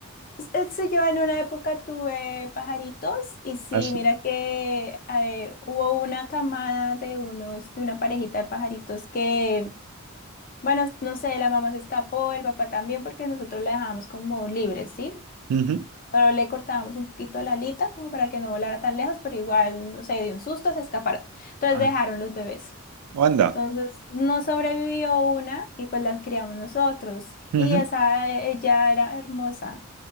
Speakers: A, on the left; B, on the right.
A: es Este, yo en una época tuve pajaritos y sí,
B: Así.
A: mira que eh, hubo una camada de unos, de una parejita de pajaritos que, bueno, no sé, la mamá se escapó, el papá también, porque nosotros la dejábamos como libre, ¿sí?
B: Ujú.
A: Pero le cortábamos un poquito la alita como para que no volara tan lejos, pero igual, no sé, de un susto se escaparon. Entonces
B: Ah,
A: dejaron los bebés.
B: o anda.
A: Entonces, no sobrevivió una y pues las criamos nosotros. Y
B: Ujú.
A: esa, eh, ella era hermosa.